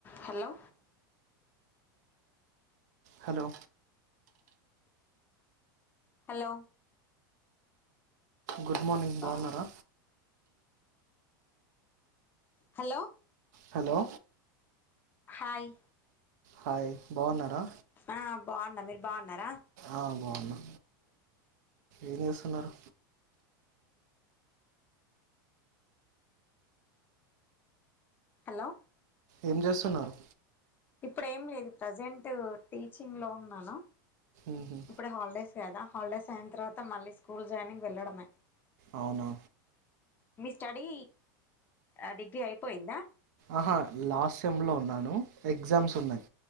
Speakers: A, on the left; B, on the right.
A: Hello
B: hello
A: hello
B: good morning
A: బా
B: బాగున్నారా
A: hello
B: hello
A: hi
B: hi బాగున్నారా
A: ఆ బాగున్న మీరు బాగున్నారా
B: ఆ బాగున్నా ఏం చేస్తున్నారు
A: హలో
B: ఏం చేస్తున్నారు
A: ఇప్పుడు ఏం లేదు ప్రజెంట్ టీచింగ్ లో ఉన్నాను
B: ఉహు
A: ఇప్పుడు హాలిడేస్ కదా హాలిడేస్ అయిన తర్వాత మళ్ళీ స్కూల్ జాయినింగ్ వెళ్లడమే.
B: అవునా
A: మీ స్టడీ ఆ డిగ్రీ అయిపోయిందా
B: ఆహా లాస్ట్ సెమ్లో ఉన్నాను ఎగ్జామ్స్ ఉన్నాయి